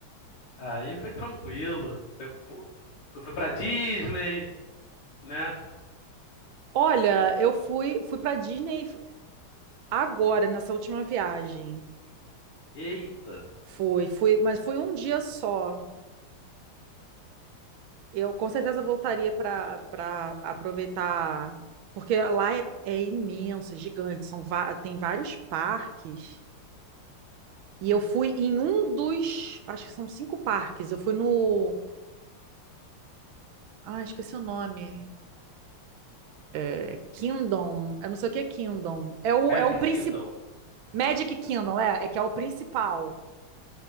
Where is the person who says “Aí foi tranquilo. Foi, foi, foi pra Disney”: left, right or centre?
Left